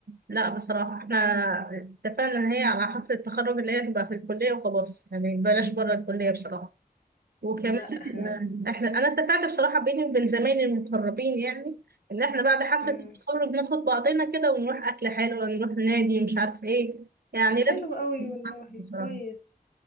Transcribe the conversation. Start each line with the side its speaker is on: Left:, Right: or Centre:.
Right: لا بصراحة احنا اتفقنا ان هي على حفلة التخرج اللي هي تبقى في الكلية وخلاص يعني بلاش بره الكلية بصراحة وكمان
Left: لا احنا
Right: آه، احنا انا اتفقت بصراحة بيني وبين زمايلي المقربين يعني ان احنا بعد حفلة
Left: مم.
Right: التخرج ناخد بعضنا كده ونروح اكل حلو نروح نادي مش عارف ايه يعني
Left: طب حلو
Right: لازم
Left: قوي
Right: نتحفل
Left: والله
Right: بصراحة
Left: كويس